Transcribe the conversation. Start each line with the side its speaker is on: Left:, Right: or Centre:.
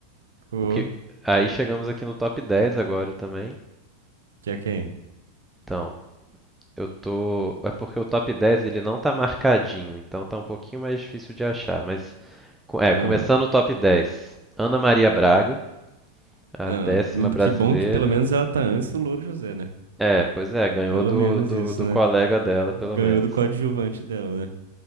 Right: Ô,
Centre: O que, aí chegamos aqui no top 10 agora também.
Right: que é quem?
Centre: Então, eu tô. É porque o top 10 ele não tá marcadinho, então tá um pouquinho mais difícil de achar. Mas, co- é,
Right: Ah,
Centre: começando o top 10. Ana Maria Braga, a
Right: ah.
Centre: décima brasileira.
Right: Que bom que pelo menos ela tá antes do Louro José, né?
Centre: É, pois é, ganhou
Right: Pelo
Centre: do,
Right: menos
Centre: do,
Right: isso,
Centre: do
Right: né?
Centre: colega dela,
Right: Ganhou
Centre: pelo menos.
Right: do coadjuvante dela, né?